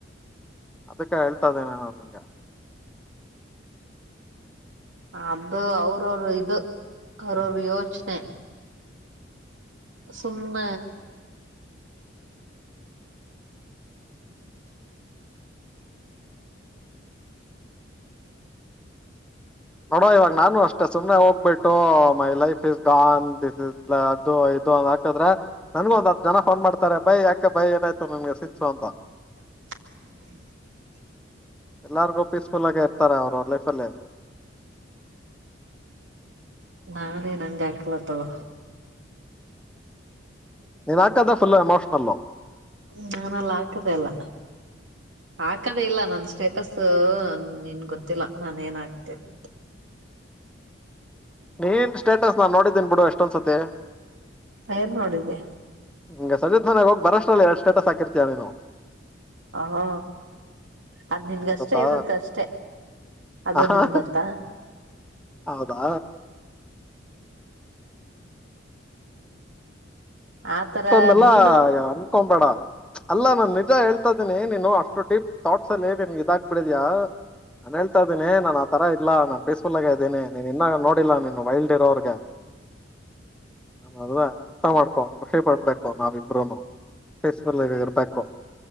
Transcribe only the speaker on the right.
ಅದು ಅವರ್ ಅವರು ಇದು ಅವರ್ ಅವರ್ ಯೋಚನೆ ಸುಮ್ಮ
ಹ್ಮ
ನಾನೇ ನಂಗೆ ಯಕ್ಲತ್ತವ
ಇನ್ಮೇಲೆ ನಾನು ಹಾಕದೆ ಇಲ್ಲ ಹಾಕದೇ ಇಲ್ಲ ನನ್ ಸ್ಟೇಟಸ್ ನಿನ್ ಗೊತ್ತಿಲ್ಲ ನಾನ ಏನ್ ಆಗತೇನೆ ಅಂತ <inaudible>
ಏನ್ ನೋಡಿದ್ದು
ಹ ಅದ್
ನಿನ್ಗಷ್ಟೇ
ಇರುತ್ತ ಅಷ್ಟೆ ಅದು
ನಿನ್ ಗೊತ್ತಾ
ಆತರ
ನೀನು